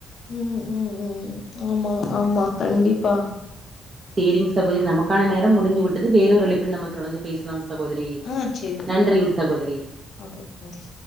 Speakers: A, on the left; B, on the right.
A: ம் ம் ம் ஆமா ஆமா கண்டிப்பா
B: சேரிங்க சகோதரி நமக்கான நேர முடிந்து விட்டது வேற ஒரு அழைப்பில் நம்ம தொடர்ந்து பேசலாம் சகோதரி
A: ஆ சேரி
B: நன்றிங்க சகோதரி
A: ஒகே நன்றி